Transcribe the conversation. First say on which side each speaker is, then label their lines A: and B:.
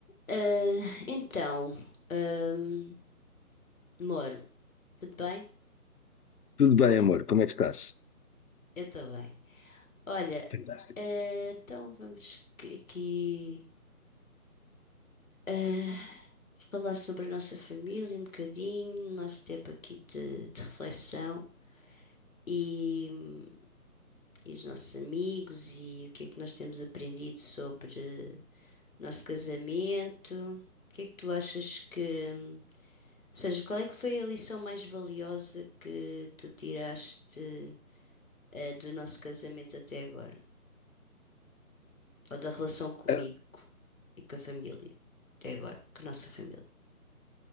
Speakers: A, on the left (about 60°); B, on the left (about 85°).
A: Ah, então, ahm, amor, tudo bem?
B: Tudo bem, amor, como é que estás?
A: Eu estou bem. Olha,
B: Fantástico.
A: ah, então vamos que- aqui ah, falar sobre a nossa família um bocadinho, o nosso tempo aqui de, de reflexão e, e os nossos amigos e o que é que nós temos aprendido sobre o nosso casamento. O que é que tu achas que, ou seja, qual é que foi a lição mais valiosa que tu tiraste? eh, do nosso casamento até agora, ou da relação comigo
B: Ah,
A: e com a família, até agora, com a nossa família.